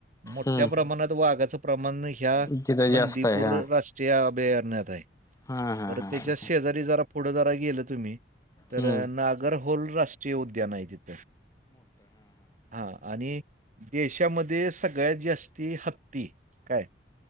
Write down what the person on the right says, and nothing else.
मोठ्या
प्रमाणात वाघाचं प्रमाण नाही ह्या
बंदीपूर
राष्ट्रीय अभियानात आहे
पर
त्याच्या
शेजारी जरा पुढजरा गेलं तुम्ही तर
नागर होल राष्ट्रीय उद्यान आहे तिथ हा आणि देशामध्ये सगळ्यात जास्ती हत्ती काय